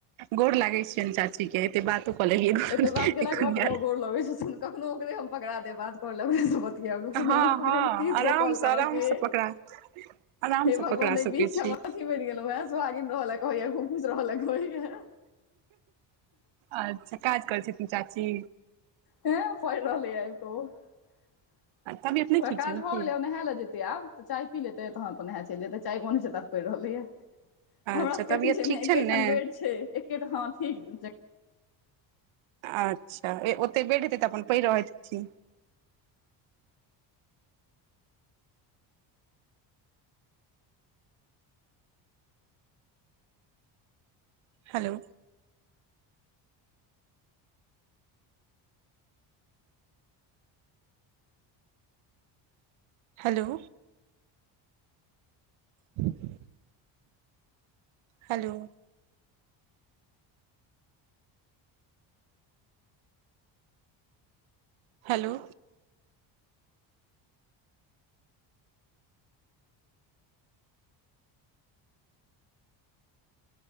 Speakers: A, on the right; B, on the left.
A: गोर लागैन छियैन चाची के एते बात तऽ क लेलिये गन
B: एते बात केलाके
A: एखन
B: बाद तोरा
A: याद
B: ओ गोर लगै छथुन। कखनो ओकरे हम पकड़ा देब बात कऽ लेबै ओकरा से बत तियेब रुकू नेयऽ
A: हँ हँ
B: अखन तीस
A: आरामसँ
B: गो कॉल करऽ
A: आरामसँ
B: केय
A: पकड़ा आरामसँ
B: हे भगवान
A: पकड़ा
B: अय
A: सकै
B: बीच के
A: छी
B: हम अथी गेलउ हन सुआगिन रहलै कहय या खूब खुश रहयलऽ कहय ये
A: अच्छा काज करै छथिन चाची
B: हे पड़ि रहले यए ओ ओकरा
A: तबियत नहि ठीक
B: काज
A: छनि
B: भऽ
A: की
B: गेलै नहाय ले जेते आब तऽ चाय पी लेतै तहन अपन नहा चलि जेतै चाय बनै छैय ता पड़ि रहलैए।
A: अच्छा
B: हमरा सबके
A: तबियत
B: अथी छैय,
A: ठीक
B: नेय
A: छनि
B: एकेठाम
A: ने
B: बेड छै एकेठ हां ठीक।
A: अच्छा ओते बेड हेतै तऽ अपन पढ़ि रहैत छी। हलो हलो <inaudible> हलो हलो